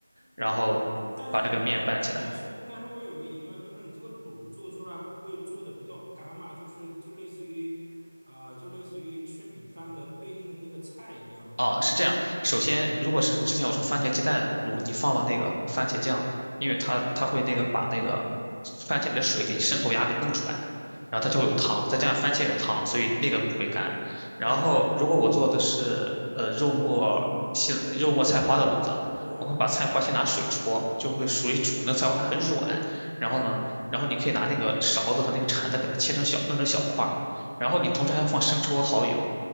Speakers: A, on the left; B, on the right.
A: 然后把那个面拌起来，
B: 但是你那个，但是但是我有一个疑问，就是你这个卤做出来不会做的比较干嘛？就是就类似于，啊、就类似于吃米饭的对应的那个菜一样。
A: 哦，
B: 嗯
A: 是这样。首先，
B: 嗯
A: 如果是之前我说番茄鸡蛋卤，你放了那个番茄酱，因为它它会那个把那个
B: 嗯，
A: 番茄里的水给渗透压给弄出来，然后它就会有汤，再加上番茄也是汤，所以那个不会干。然后，
B: 对，
A: 如果我做的是呃肉末西肉末菜花的卤子，
B: 比如对，
A: 我会把菜花先拿水焯，就会水煮，那菜花还很软。然后呢，
B: 嗯
A: 然后你可以拿那个勺子和那个铲子给它切成小，弄成小块儿，然后你同时还要放生抽和蚝油，